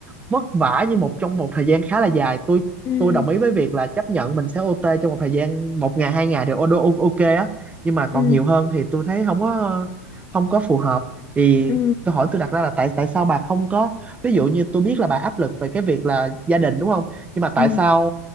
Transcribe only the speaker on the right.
vất vả như một trong một thời gian khá là dài tôi
tôi đồng ý với việc là chấp nhận mình sẽ OT trong một thời gian một ngày hai ngày thì ô- đô- ok á nhưng mà còn
nhiều hơn thì tôi thấy không có không có phù hợp thì
câu hỏi tôi đặt ra là tại tại sao bà không có ví dụ như tôi biết là bà áp lực về cái việc là gia đình đúng không nhưng mà tại
sao